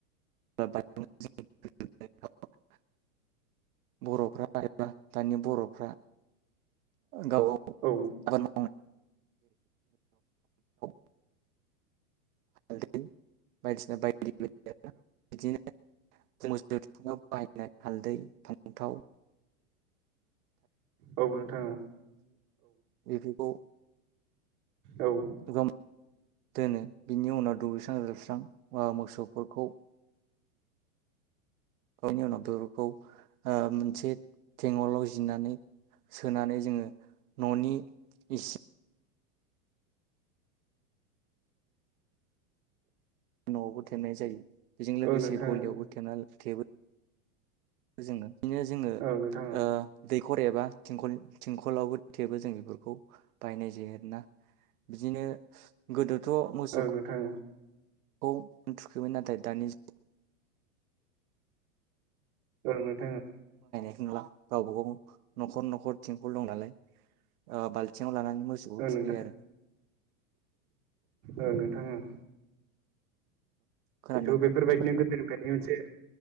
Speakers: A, on the right; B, on the right.
A: <unintelligible> बर'फ्रा एबा दानि बर'फ्रा गावबा
B: औ
A: गाव <unintelligible> हालदै बायदिसिना बायदि-बायदि बिदिनो जों मोसौफोरनाव बाहायनाय हालदै फांन्थाव
B: औ नोंथां ओ
A: बेदिखौ
B: औ
A: दोनो बिनि उनाव दुगैस्रां जोबस्रां बा मोसौफोरखौ बेनि उनाव बेफोरखौ मोनसे टेंगलाव जिनानै सोनानै जोंङो न'नि इसिं नआवबो थेननाय जायो। बेजों लोगोसे
B: औ नोंथां
A: गलियावबो थेबना थेबो जोङो बिदिनो जोंङो
B: औ नोंथां
A: ओ दैखर एबा थिंखल-थिंखलावबो थेबो जों बेफोरखौ बायनाय जायो आरोना बिदिनो गोदो थ मोसौखौ
B: औ नोंथां
A: खौ थुखैमोन नाथाय दानि
B: ओं नोंथां ओ।
A: ं <inaudible> ला गावबा गाव नखर नखर थिंखल दं नालाय ओ बालथिंआव लानानै मोसौखौ
B: औ नोंथां औ
A: थुखैयो आरो।
B: ओ नोंथां ओं।
A: खोनादों
B: जिथु
A: ना नोंथां
B: बेफोरबायदिनो गोदो बेनि मोनसे